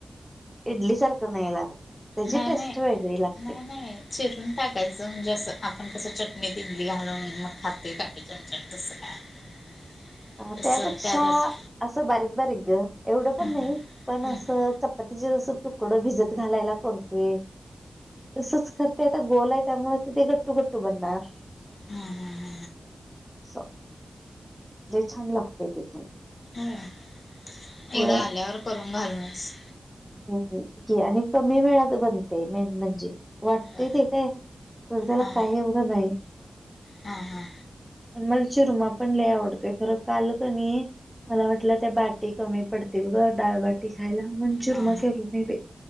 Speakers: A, in the centre; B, on the left.
A: इडली सारखं नाही लागत त्याची
B: नाही
A: टेस्ट
B: नाही
A: वेगळी लागत्यात
B: नाही नाही चिरून टाकायचं म्हणजे असं आपण कसं चटणीत इडली घालून मग खाते काटे चमचानी तस काय <unintelligible>
A: अ
B: तसं
A: त्यापेक्षा
B: त्यात असं.
A: असं बारीक बारीक एवढं पण
B: हम्म
A: नाही. पण
B: हम्म
A: असं
B: हम्म
A: चपातीचे जसं तुकडं भिजत घालायला करतोय. तसंच खरं ते आता गोल आहे त्यामुळे ते ते गट्टू गट्टू बनणार.
B: हम्म हम्म हम्म
A: स लय छान लागतय ते पण
B: एकदा
A: होय
B: आल्यावर करून घाल मस
A: हो हो आणि कमी वेळात बनते मेन म्हणजे वाटते
B: ह
A: ते काय. तर त्याला
B: हा
A: काही एवढं नाही.
B: हा हा
A: मला चिरुमा पण लय आवडतोय खरं काल कणी मला वाटलं ते बाटी कमी पडतील ग डाळबाटी खायला मण चुरमा
B: हा
A: केली मी बाई